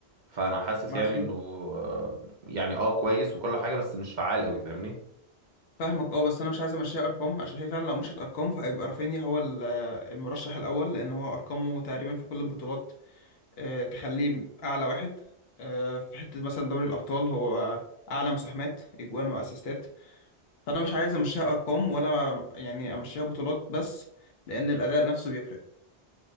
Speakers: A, on the right; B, on the left.
A: فأنا حاسس
B: ما
A: يعني
B: عشان
A: إنه آه، يعني أه كويس وكل حاجة بس مش فعال أوي فاهمني
B: فاهمك اه بس انا مش عايز امشيها ارقام عشان هي فعلا لو مشيت ارقام فهيبقى رافينيا هو ال- المرشح الاول لان هو ارقامه تقريبا في كل البطولات آه، تخليه اعلى واحد آه، في حته مثلا دوري الابطال هو اعلى مساهمات اجوان واسيستات فانا مش عايز امشيها ارقام ولا يعني امشيها بطولات بس لان الاداء نفسه بيفرق